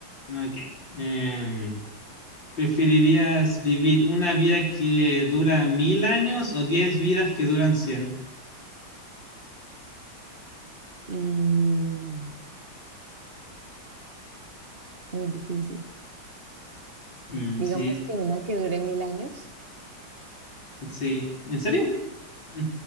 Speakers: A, on the left; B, on the right.
A: ok. Em, ¿preferirías vivir una vida que dura mil años o diez vidas que duran cien?
B: Mm, muy difícil.
A: Mm,
B: Digamos
A: sí,
B: que una que dure mil años.
A: sí. ¿En serio? Mm,